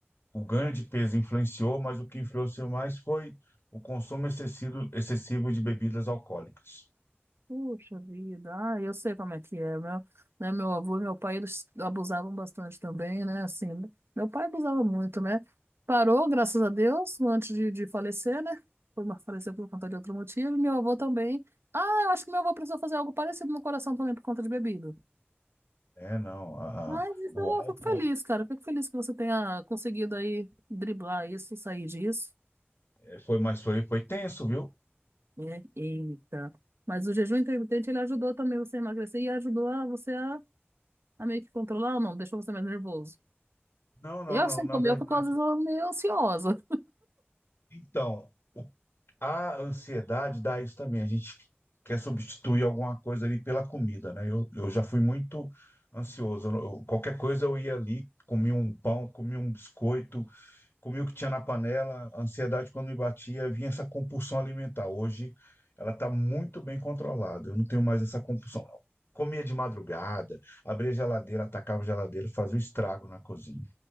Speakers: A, on the left; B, on the right.
A: o ganho de peso influenciou, mas o que influenciou mais foi o consumo excessivo, excessivo de bebidas alcoólicas.
B: Puxa vida, ah, eu sei como é que é. Meu, né, meu avô e meu pai, eles abusavam bastante também, né? Assim, né. meu pai abusava muito, né? Parou, graças a Deus, antes de, de falecer, né? Foi uma- faleceu por conta de outro motivo. e Meu avô também. Ah, eu acho que meu avô precisou fazer algo parecido no coração também por conta de bebida.
A: É, não, a-
B: Mas
A: a-
B: então,
A: o álcool
B: eu fico feliz, cara. Eu fico feliz que você tenha conseguido aí driblar isso, sair disso.
A: é, foi mais foi, foi tenso, viu?
B: né? Eita. Mas o jejum intermitente, ele ajudou também você a emagrecer e ajudou a você a a meio que controlar ou não? Deixou você mais nervoso.
A: Não, não,
B: Eu,
A: não,
B: sem
A: na
B: comer,
A: verdade.
B: eu fico às vezes meio ansiosa.
A: Então, o- a ansiedade dá isso também. A gente quer substituir alguma coisa ali pela comida, né? Eu, eu já fui muito ansioso. Eu- qualquer coisa eu ia ali, comia um pão, comia um biscoito, comia o que tinha na panela. A ansiedade, quando me batia, vinha essa compulsão alimentar. Hoje ela está muito bem controlada. Eu não tenho mais essa compulsão. Comia de madrugada, abria a geladeira, atacava a geladeira, fazia o estrago na cozinha.